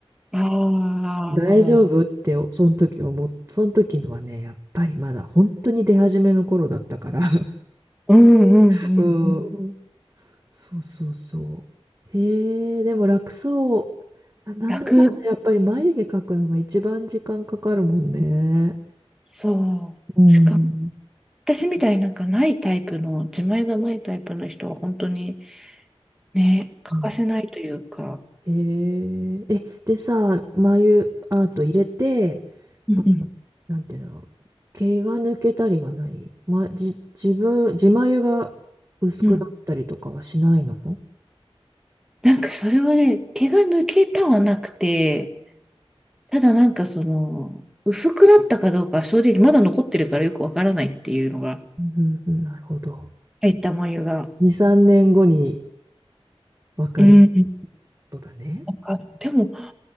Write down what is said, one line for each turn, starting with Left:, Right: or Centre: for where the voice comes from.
Centre: あ
Right: 大丈夫ってその時思っ、
Centre: あ、
Right: その時のはね、やっぱりまだ本当に出始めの頃だったから。
Centre: うんうんうんうん。
Right: <laughs> うん。そうそうそう。へえ、でも楽そう。なんだかんだやっぱり眉毛描くのが一番時間かかるもんね。
Centre: 楽。そう。
Right: うん。
Centre: しかも、私みたいになんかないタイプの、自前がないタイプの人は本当にね、欠かせないというか、
Right: うんへえ、え、でさ、眉アート入れて、
Centre: うんうん
Right: あの、なんていうんだろう、毛が抜けたりはない、ま、じ、自分、自眉が薄くなったりとかはしないのうん。
Centre: うん。なんかそれはね、毛が抜けたはなくて、ただなんかその、薄くなったかどうかは正直まだ残ってるからよくわからないっていうのが、
Right: うんうんうんなるほど。
Centre: 入った眉が。
Right: 2、3年後にわかる
Centre: うん。
Right: ことだね。
Centre: なんか、でも、